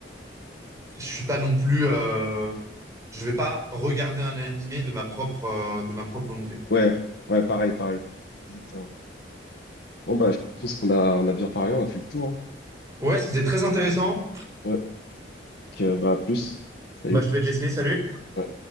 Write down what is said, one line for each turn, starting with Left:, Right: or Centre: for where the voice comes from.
Right: je suis pas non plus, euh, je vais pas regarder un animé de ma propre, euh, de ma propre volonté.
Left: ouais, ouais, pareil, pareil. Exactement. Bon, bah, je pense qu'on a, on a bien parlé, on a fait le tour.
Right: Ouais, c'était très intéressant.
Left: hein. Ouais, Donc, euh, bah, à plus. Salut.
Right: Bah, je vais te laisser, salut.
Left: Ouais.